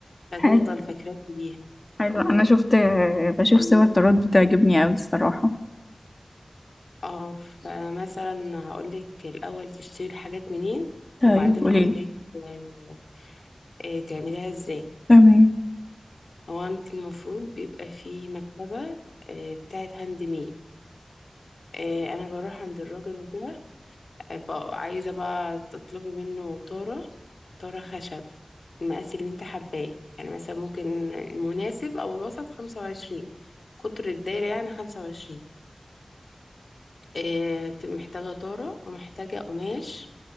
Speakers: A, on the left (about 90°); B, on the left (about 45°).
A: فتفضل
B: حلو
A: فاكراك بيها
B: حلو أنا شفت بشوف صور طراد بتعجبني أوي الصراحة
A: اه فمثلا هقولك الأول تشتري الحاجات منين
B: طيب
A: وبعدين
B: قوليلي
A: أقولك آه، آه، تعمليها ازاي
B: تمام
A: هو انت المفروض بيبقى في مكتبة آه، بتاعة هاند ميد آه، انا بروح عند الراجل وكده آه، بقى- عايزة بقى تطلبي منه طارة طارة خشب المقاس اللي انت حباه يعني مثلا ممكن المناسب او الوسط خمسة وعشرين قطر الدايرة يعني خمسة وعشرين اه تبقى محتاجة طارة ومحتاجة قماش